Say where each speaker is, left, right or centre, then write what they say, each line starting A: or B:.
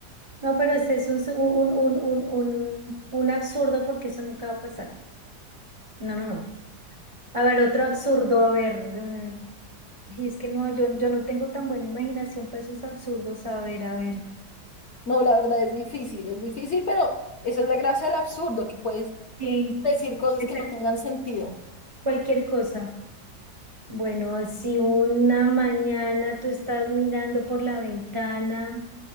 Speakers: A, on the right; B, on the left.
A: No, pero ese es un, un, un, un, un, un absurdo porque eso nunca va a pasar. No, no, no. A ver, otro absurdo, a ver. mm, Y es que no, yo, yo no tengo tan buena imaginación para esos absurdos. A ver, a ver.
B: No, la verdad es difícil, es difícil, pero esa es la gracia del absurdo, que puedes
A: Sí,
B: decir cosas
A: puede
B: que
A: ser
B: no tengan sentido.
A: cualquier cosa. Bueno, si una mañana tú estás mirando por la ventana